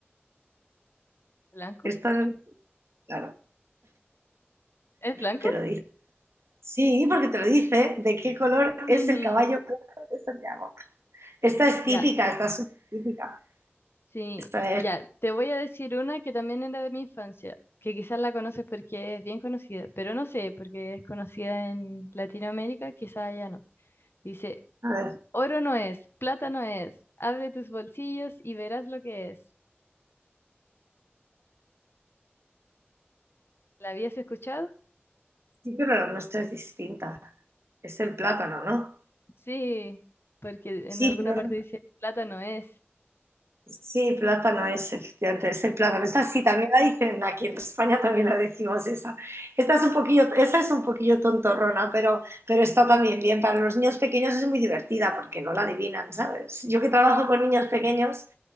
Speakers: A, on the left (about 65°); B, on the right (about 80°).
A: ¿Blanco?
B: Esta, no- claro,
A: ¿Es blanco?
B: te lo dice. Sí, porque te lo dice. ¿De qué color
A: <laughs>
B: es
A: Ujú.
B: el caballo blanco de Santiago? Esta es
A: Ya.
B: típica, esta es súper típica.
A: Sí,
B: Esta
A: ya,
B: es,
A: te voy a decir una que también era de mi infancia, que quizás la conoces porque es bien conocida, pero no sé, porque es conocida en Latinoamérica, quizás allá no. Dice,
B: a ver,
A: oro no es, plata no es, abre tus bolsillos y verás lo que es. ¿La habías escuchado?
B: sí, pero la nuestra es distinta. Es el plátano, ¿no?
A: Sí, porque
B: Sí,
A: en alguna
B: pero
A: parte dice, plata no es.
B: Sí, plátano es, efectivamente, es el plátano. Esa sí, también la dicen aquí en España, también la decimos esa. Esta es un poquillo, esa es un poquillo tontorrona, pero, pero está también bien. Para los niños pequeños es muy divertida porque no la adivinan, ¿sabes? Yo que trabajo con niños pequeños,